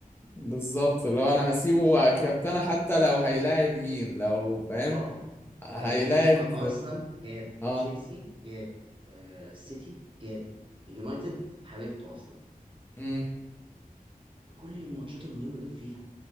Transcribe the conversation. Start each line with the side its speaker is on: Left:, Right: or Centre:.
Left: بالظبط لو انا هسيبه
Right: صلاح
Left: كابتنه
Right: هو الكابتن
Left: حتى لو هيلاعب مين لو فاهم
Right: اه
Left: هيلاعب
Right: هيلا- أر- ارسنال جاب
Left: اه
Right: تشيلسي جاب آه، سيتي جاب يونايتد حبيبته اصلا
Left: امم
Right: كل الماتشات المهمه جاب فيها